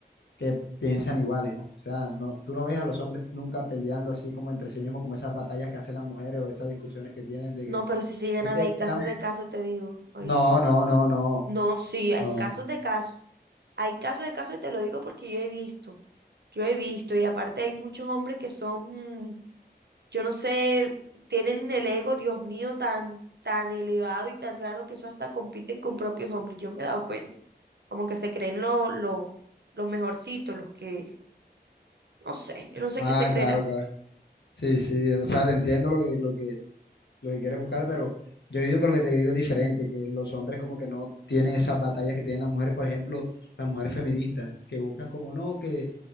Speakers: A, on the left (about 90°); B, on the right (about 75°).
A: que piensan iguales, o sea, no, tú no ves a los hombres nunca peleando así como entre sí mismos, como esas batallas que hacen las mujeres o esas discusiones que tienen de
B: No,
A: que,
B: pero si siguen
A: de
B: a
A: que
B: ver, hay casos
A: la mu-
B: de casos, te digo, ¿oíste?
A: no, no, no, no,
B: No, sí, hay
A: no.
B: casos de casos, hay casos de casos y te lo digo porque yo he visto, yo he visto y aparte hay muchos hombres que son, yo no sé, tienen el ego, Dios mío, tan, tan elevado y tan raro que eso hasta compiten con propios hombres, yo me he dado cuenta, como que se creen lo, lo, los mejorcitos, los que, no sé, yo no sé
A: Ah,
B: qué se creerá.
A: claro, claro. Sí, sí, o sea, te entiendo lo que, lo que, lo que quieres buscar, pero yo digo que lo que te digo es diferente, que los hombres como que no tienen esas batallas que tienen las mujeres, por ejemplo, las mujeres feministas, que buscan como no, que